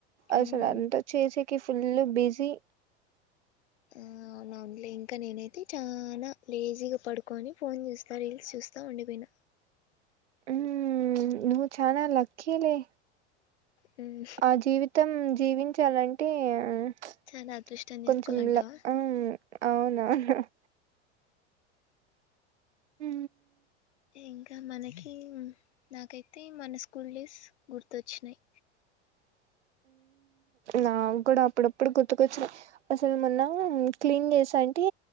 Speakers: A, on the right; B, on the left.
A: అసలు
B: ఉమ్,
A: అంతా చేసేకి ఫుల్ బిజీ
B: ఆ అవునా అవును లే ఇంకా నేనైతే చనా లేజీగా పడుకొని ఫోన్ చూస్తా రీల్స్ చూస్ తా ఉండిపోయిన
A: ఊ నువ్వు చానా లక్కిలే
B: హ్మ్
A: ఆ జీవితం జీవించాలంటే ప్చ్
B: చాలా అదృష్టం చేసుకోవాలంటావా
A: కొంచం లక్ ఊ అవునా అవును ఊ
B: ఇంకా మనకి నాకైతే మన స్కూల్ డేస్ గుర్తుచ్చినాయి
A: <inaudible> నా కూడా అప్పుడప్పుడు గుర్తుకొచ్చినయ్ అసలు మొన్న క్లీన్ చేసా అంటే